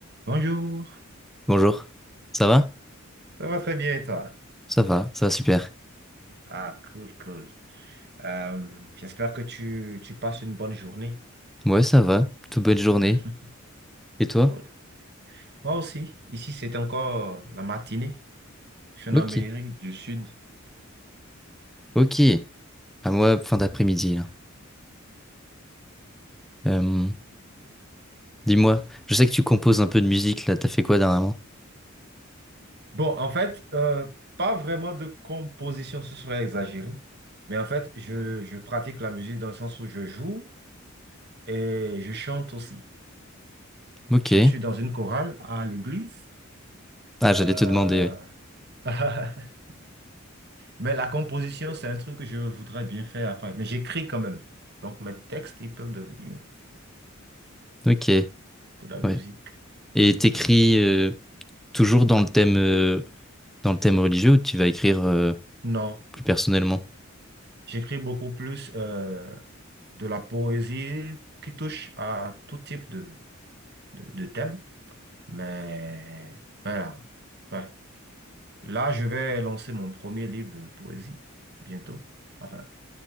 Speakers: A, on the right; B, in the centre.
A: Bonjour,
B: Bonjour, ça va?
A: ça va très bien et toi?
B: Ça va, ça va super.
A: Ah, cool, cool. Euh, j'espère que tu, tu passes une bonne journée.
B: Ouais, ça va, toute belle journée.
A: <laughs>
B: Et toi?
A: Cool. Moi aussi, ici c'est encore la matinée. Je suis en
B: Ok,
A: Amérique du Sud.
B: ok. À moi, fin d'après-midi, là. Euh, dis-moi, je sais que tu composes un peu de musique, là, t'as fait quoi dernièrement?
A: Bon, en fait, euh, pas vraiment de composition, ce serait exagéré. Mais en fait, je, je pratique la musique dans le sens où je joue et je chante aussi.
B: Ok.
A: Je suis dans une chorale à l'église.
B: Ah,
A: Euh,
B: j'allais te demander,
A: <laughs> Mais la composition, c'est un truc que je voudrais bien faire après. Mais j'écris quand même. Donc mes textes, ils peuvent devenir
B: ouais. Ok,
A: de la musique.
B: ouais. Et t'écris euh, toujours dans le thème, euh, dans le thème religieux ou tu vas écrire euh,
A: Non,
B: plus personnellement?
A: j'écris beaucoup plus euh, de la poésie qui touche à tout type de, de, de thème. Mais voilà. Ouais. Là, je vais lancer mon premier livre de poésie bientôt. Enfin,